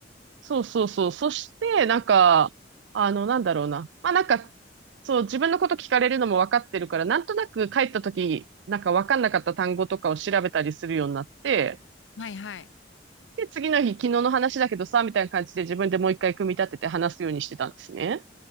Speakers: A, on the right; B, on the left.
A: そうそうそう。そして、なんか、あの、なんだろうな。まあなんか、そう、自分のこと聞かれるのも分かってるから、なんとなく帰った時、なんか分かんなかった単語とかを調べたりするようになって、
B: はいはい。
A: で、次の日、昨日の話だけどさ、みたいな感じで自分でもう一回組み立てて話すようにしてたんですね。